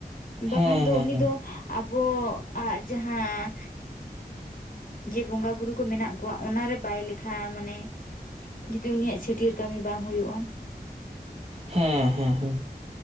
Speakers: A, on the left (about 55°); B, on the right (about 40°).
A: ᱵᱟᱠᱷᱟᱱ
B: ᱦᱮᱸ
A: ᱫᱚ
B: ᱦᱮᱸ
A: ᱩᱱᱤ
B: ᱦᱮᱸ
A: ᱫᱚᱼᱼ ᱟᱵᱚᱣᱟᱜ ᱡᱟᱦᱟᱸ
B: <inaudible>
A: ᱡᱮ ᱵᱚᱸᱜᱟ ᱵᱩᱨᱩ ᱠᱚ ᱢᱮᱱᱟᱜ ᱠᱚᱣᱟ ᱚᱱᱟᱨᱮ ᱵᱟᱭ ᱞᱮᱠᱷᱟ ᱢᱟᱱᱮ ᱡᱩᱫᱤ ᱩᱱᱤᱭᱟᱜ ᱪᱷᱟᱹᱴᱭᱟᱹᱨ ᱠᱟᱹᱢᱤ ᱵᱟᱝ ᱦᱳᱭᱳᱜᱼᱟ᱾
B: ᱦᱮᱸ ᱦᱮᱸ ᱦᱮᱸ,